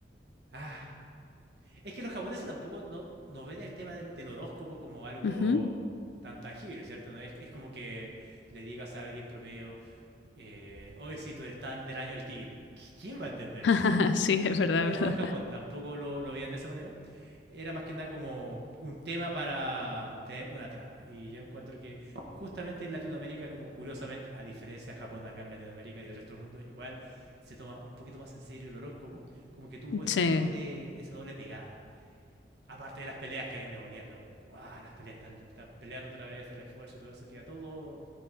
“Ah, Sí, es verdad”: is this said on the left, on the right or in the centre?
Left